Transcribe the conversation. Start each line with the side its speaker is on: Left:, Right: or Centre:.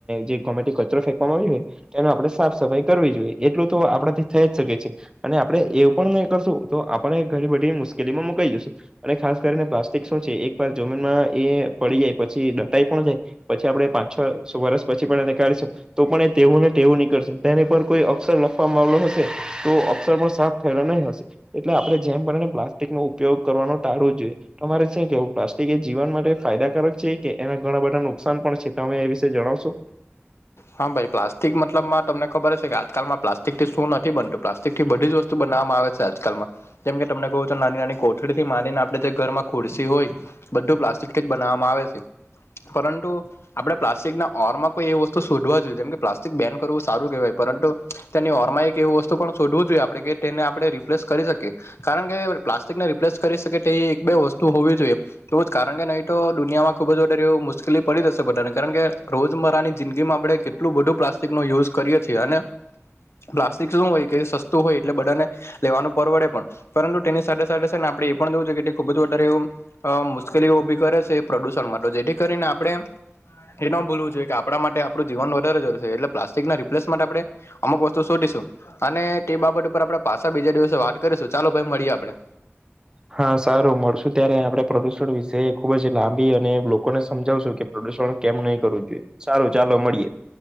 Right: જે ગમેટી કચરો ફેંકવામાં આવ્યો હોય એને આપડણે સાફ સફાઈ કરવી જોઈએ એટલું તો આપડાથી થઈ જ શકે છે અને આપડે એવું પણ નહી કરશું તો આપણે ઘણી બધી મુશ્કેલીમાં મુકાઈ જઈશું અને ખાસ કરીને પ્લાસ્ટિક શું છે એક વાર જમીનમાં એ પડી જાય પછી દટાઈ પણ જાય પછી આપડે પાંચ છ વર્ષ પછી પણ એને કાઢીશું તો પણ એ તેવુંને વું નીકળશે તેને પર કોઈ અક્ષર લખવાવામાં આવલો હશે તો અક્ષર પણ સાફ થયે નહીં હશે એટલે આપડણે જેમને પ્લાસ્ટિક નો ઉપયોગ કરવાનું ટાારવું જોઈએ તમારે શ કેવું પ્લાસ્ટિક એ જીવન માટે ફાયદાકારક છે કે એના ઘણા બધા નુકસાન પણ છે તમે એ વિશે જણાવશો
Left: હા ભાઈ પ્લાસ્ટિક મતલબમાં તમને ખબર હ છે કે આજકાલમાં પ્લાસ્ટિક થી શું નથી બનતું પ્લાસ્ટિક થી બધી જ વસ્તુ બનાવવામાં આવે છે આજકાલમાં જેમ કે તમને કહું નાની નાની કોથળી થી માનીને આપણે ઘરમાં ખુડસી હોય બધું પ્લાસ્ટિક બનાવામાં આવે છે પરંતુ આપણે પ્લાસ્ટિક ના ઓરમાં કોઈ એ વસ્તુ શોધવા જોઈએ જેમ કે પ્લાસ્ટિક બેન કરવું સારું કહેવાય પરંતુ તેની ઓરમાં એક એવ વસ્તુ પણ શોધવું જોઈએ આપણે કે તેને આપણે રિપ્લેસ કરી શકીએ કારણ કે પ્લાસ્ટિકને રિપ્લેસ કરી શકે તેવી એક બે વસ્તુ હોવી જોઈએ એવું જ કારણ કે નહી તો દુનિયામાં ખુબ જ મુશ્કેલી પડી દશેને કારણ કે રોજમરાની જિંદગીમાં આપણે કેટલું બધું પ્લાસ્ટિક નો યુઝ કરીએ છીએ અને પ્લાસ્ટિક શું હોય કે સસ્તું હોય એટલે બધાને લેવાનું પરવડે પણ પરંતુ તેની સાથે સાથે સાથે આપડણે એ પણ જોવું છે કે ખૂબ જ વધારે એવું અ મુશ્કેલીઓ ઉઊભી કરે છે પ્રદુષણ માટે તો જેથી કરીને આપણે એ ન ભૂલવું જોઈએ કપડા માટે આપડું જીવન વધારે જર છે એટલે પ્લાસ્ટિકના રિપ્લેસ માટે આપડણે અમુ વસ્તુ શોધીશું અને તે બાબત ઉપર આપણે પાછા બીજા દિવસે વાત કરી ચાલો ભાઈ મળીએ આપડણે
Right: હા સારું મળશુ ત્યારે આપણે પ્રોડ્યુસર વિશે ખુબ જ લાંબી અને લોકોને સમજાવશું કેો કેમ નહી કરવું જોઈએ સારું ચાલો મળીએ